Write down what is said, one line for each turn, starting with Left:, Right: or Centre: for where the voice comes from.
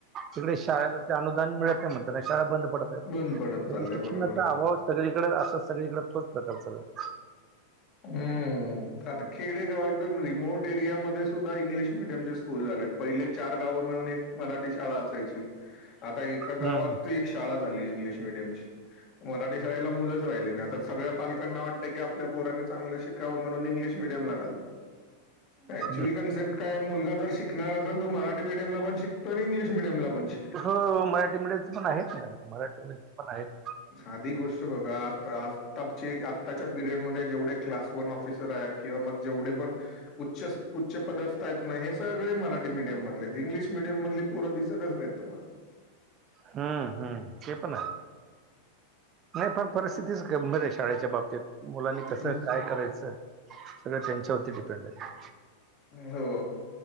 Right: तिकडे शाळेला अनुदान मिळत नाहीण ना शाळा बंद पडत होत्या.
Left: बंद पडत
Right: शिक्षणाचा
Left: चाललंय बरोबर.
Right: अभाव सगळीकडे अस सगळीकडे तोच प्रकार चालु आहे.
Left: हम आता खेडेगाव एकदम रिमोट एरियामध्येध्ये सुद्धा इंग्लिश मिडियम चे स्कूल झालेत. पहिले चार गाव मिळून एक मराठी शाळा असायची आता एका
Right: हम्म,
Left: गावात शाळा झाली इंग्लिश मिडियमची मराठी शाळेला मुलंच राहिले नाई आता सगळ्या पालकांना वाट की आपल्या पोरांनी चांगल शिकावं म्हणून इ्लिश मिडियम ला घातलं Actual
Right: हम्म.
Left: concept. काय मुलागा जर शिकणार असेल तो मराठी मिडीयम ला पण शिकतो आणि इंग्लिश मिडियम ला पण शिकेल.
Right: हो हो मराठी मीडियम पण आहेत मराठी मिडीयम पण आहेत.
Left: आधी गोष्ट बघा आ आताची आत्ताच्या पिरियड मध्ये जेवढे क्लास वन ऑफिसर आहेत किंवा मग जेवढे पण उच्च उच्च पदस्थ आहेत ना हे सगळे मराठी मीडियम मधले इंग्लिश मिडियम मधली पोर चढत नाही तुम्हाला
Right: हम्म हम्म ते पण आहे. नाही पण परिस्थितीच गंभीर आहे शाळेच्या बाबतीत. मुलांनी
Left: तुम्हाला.
Right: कस काय करायचंय सगळं त्यांच्यावरती डिपेंड आहे.
Left: हो